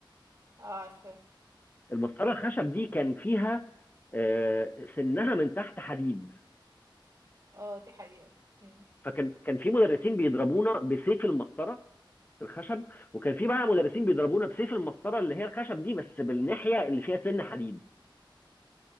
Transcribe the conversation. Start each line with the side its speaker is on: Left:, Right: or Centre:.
Right: اه عارفة
Left: المسطره الخشب دي كان فيها آه، سنها من تحت حديد
Right: اه دي حقيقة مم.
Left: فكان كان في مدرسين بيضربونا بسيف المسطره الخشب وكان في بقى مدرسين بيضربونا بسيف المسطره اللي هي الخشب دي بس بالناحيه اللي فيها سن حديد